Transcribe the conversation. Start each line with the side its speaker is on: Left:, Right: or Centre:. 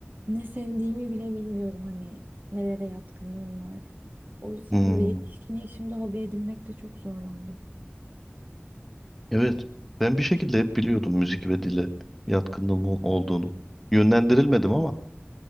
Right: ne sevdiğimi bile bilmiyorum. Hani nelere yatkınlığım var. O yüzden
Centre: Hmm.
Right: böyle yetişkin yaşımda hobi edinmekte çok zorlandım.
Centre: Evet. Ben bir şekilde hep biliyordum müzik ve dile yatkınlığım ol- olduğunu. Yönlendirilmedim ama.